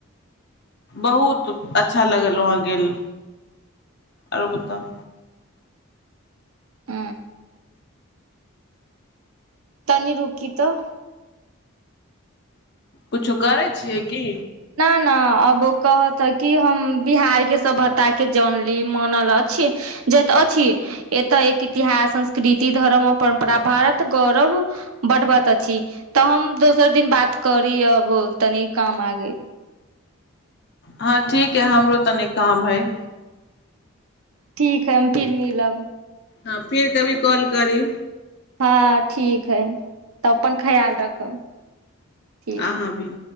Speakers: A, on the left; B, on the right.
A: बहुत अच्छा लागल वहाँ गेल आरो बताउ।
B: ह। तनी रुकी तऽ।
A: कुछो करै छियै की।
B: ने अब कहत कि हम बिहार के सभ्यता के जानली मानल अछि जत अछि एतऽ एक इतिहास संस्कृति धर्म आ परम्परा भारत गौरव बढ़बत अछि तऽ हम दोसर दिन बात करी अब। तनी काम आ गै।
A: हँ ठीक है हमरो तनिक। काम ह।
B: ठीक है फिर मिलब।
A: हँ फिर कभी कॉल करी।
B: हँ ठीक हइ तऽ अपन ख्याल राखब। ठीक है।
A: आहा भी।